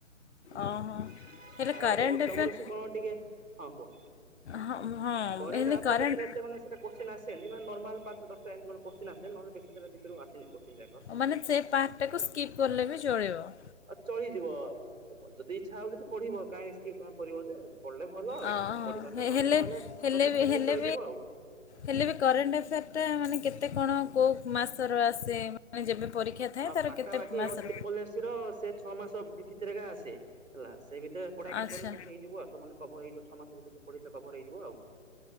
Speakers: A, on the right (about 80°); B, on the left (about 60°).
A: ହଁ
B: ଓହୋ ହେଲେ
A: ଆଉ
B: କରେଣ୍ଟ
A: ଓ
B: ଆଫେୟାର୍
A: ଡବ୍ଲୁସି କଣ ଟିକେ ହଁ କୁହ
B: ହଁ ହଁ
A: କରେଟ
B: ହେଲେ
A: <unintelligible>
B: କରେଣ୍ଟ
A: ସେତେ ମାନେ ସେରା କୋଶ୍ଚନ୍ ଆସେନି ମାନେ ନର୍ମାଲ ପାଞ୍ଚ ଦଶଟା ଏମିତି କଣ କୋଶ୍ଚନ୍ ଆସେ ନହେଲେ ବେ ସୋ ଭିତରୁ ଆସିନି କୋଶ୍ଚିନ୍ ଜାଗ ହୁଁ।
B: ମାନେ ସେ ପାର୍ଟଟାକୁ ସ୍କିପ୍ କଲେ ବି ଚଳିବ
A: ଆଉ ଚଳିଯିବ ତ ଯଦି ଇଚ୍ଛା ହଉ ଯଦି ପଢିବ କାହିଁ ସ୍କିପ୍ କରିବ ଯେ ପଢିଲେ ଭଲ ଆଉ
B: ଅଁ
A: ପଢିପାରିଲେ
B: ହେ-
A: ଭଲ
B: ହେଲେ
A: ନହେଲେ
B: ହେଲେ
A: ତସାର ଛାଡିଲେ
B: ହେଲେ
A: ବି ଚଳିଯିବ ଆଉ।
B: ହେଲେ ବି କରେଣ୍ଟଏଫେୟାର ଟା ମାନେ କେତେ କଣ କୋଉ ମାସର ଆସେ ମାନେ ଯେବେ ପରୀକ୍ଷା ଥାଏ
A: ଆ
B: ତା'ର
A: ପାଖାପାଖି
B: କେତେ ମାସର
A: ଓ ତ୍ରିପଲ ଏଶୀ ର ସେ ଛଅ ମାସ ଭିତରେକା ଆସେ। ହେଲା ସେ ଭିତରେ ପଢାପଢି
B: ଆଚ୍ଛା
A: କରିଲେ ସବୁ ହେଇଯିବ ସମାନେ କଭର ହେଇଯିବ ଛ ମାସ ଭିତରେ ସବୁ ପଢିଲେ କଭର ହେଇଯିବ ଆଉ।